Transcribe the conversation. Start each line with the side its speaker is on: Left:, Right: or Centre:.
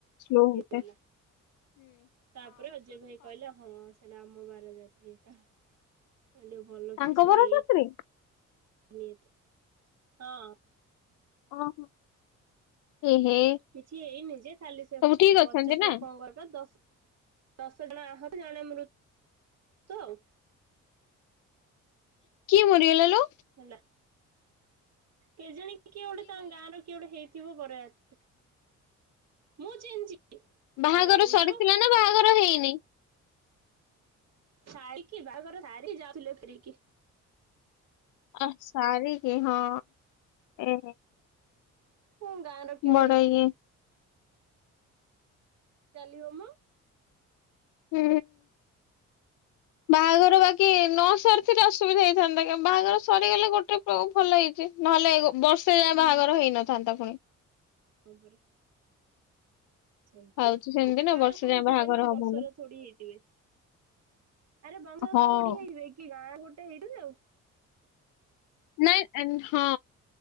Left: ସ୍ଲୋ
Right: କଟିଗଲା
Left: ହଉଚେ।
Right: ତାପରେ ଅଜୟ ଭାଇ କହିଲା ହଁ ସେଇଟା ଆମ ବାରଯାତ୍ରୀ ଏକା ହେଲେ ଭଲ
Left: ତାଙ୍କ
Right: କିଛି
Left: ବର
Right: ହେଇନି।
Left: ଶାଶୁରେ
Right: <inaudible> ହଁ
Left: ଓହୋ ଏ ହେ।
Right: କିଛି ହେଇନି ଯେ ଖାଲି ସେ
Left: ସବୁ ଠିକ
Right: ପଚାଶ
Left: ଅଛନ୍ତି ନା?
Right: ଲୋକଙ୍କର ଦଶ। ଦଶ ଜଣ ଆହତ ଜଣେ ମୃତ ଆଉ।
Left: କିଏ ମରିଗଲା ଲୋ।
Right: ହେଲା। କେ ଜାଣି କିଏ ଗୋଟେ ତାଙ୍କ ଗାଁର କିଏ ଗୋଟେ ହେଇଥିବ ବରଯାତ୍ରୀ ମୁଁ ଚିହ୍ନିଚି।
Left: ବାହାଘର
Right: ଭଲ କହୁଛ।
Left: ସରିଥିଲା
Right: <inaudible>
Left: ନା ବାହାଘର ହେଇନି?
Right: ସାଇକି ବାହାଘର ସାରି ଯାଉଥିଲେ ଫେରିକି।
Left: ଅ ସାରିକି ହଁ ଏ
Right: ହୁଁ ଗାଁ ର କିଏ ଗୋଟେ
Left: ବଡ
Right: ହେଇଥିବ।
Left: ଇଏ
Right: ଚାଲିିବ ମୋ।
Left: ହୁଁ ବାହାଘର ବାକି ନ ସରିଥିଲେ ଅସୁବିଧା ହେଇଥାନ୍ତା ବାହାଘର ସରିଗଲେ ଗୋଟେ ଭଲ ହେଇଛି ନହେଲେ ବ ସେ ଜାଏଁ
Right: ହୁଁ
Left: ବାହାଘର ହେଇନଥାନ୍ତା ପୁଣି।
Right: ହଁ ପରା। ସେମିତି
Left: ହଉଛି ସେମିତି ନା
Right: ଗାଁ
Left: ବର୍ଷେ
Right: ଲୋକ
Left: ଯାଏ
Right: ହେଇଥିବେ
Left: ବାହାଘର
Right: ନା
Left: ହବନି।
Right: ବଂଶ ର ଥଡି ହେଇଥିବେ। ଆରେ ବଂଶ
Left: ହଁ।
Right: ପୁରା ଖୋଡି ହେଇଯିବେ କି ଗାଁ ଗୋଟେ ହେଇଥିବେ ଆଉ।
Left: ନାଇଁ ହଁ